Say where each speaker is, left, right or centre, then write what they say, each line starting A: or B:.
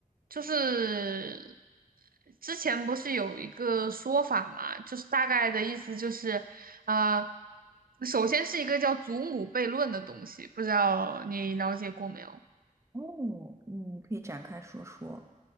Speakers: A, on the right; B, on the right.
A: 就是之前不是有一个说法嘛，就是大概的意思就是啊，首先是一个叫祖母悖论的东西，不知道你了解过没有？
B: 哦，你可以展开说说。